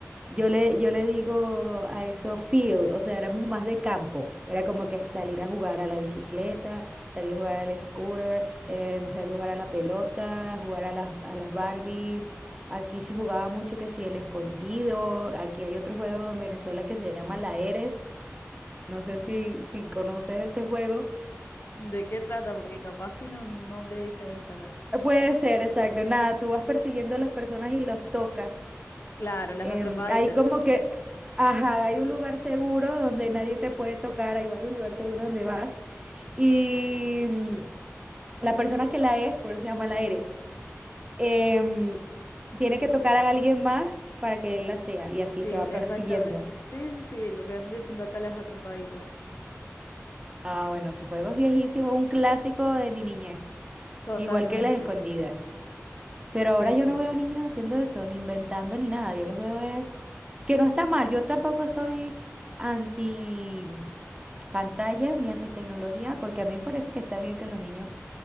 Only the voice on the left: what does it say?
Ujú.
¿De qué trata? Porque capaz tiene un nombre diferente acá.
Claro, las
atrapaditas.
Sí,
exactamente.
Sí, sí, sí, lo que vendría siendo acá las atrapaditas.
Totalmente.
Sí,
sí,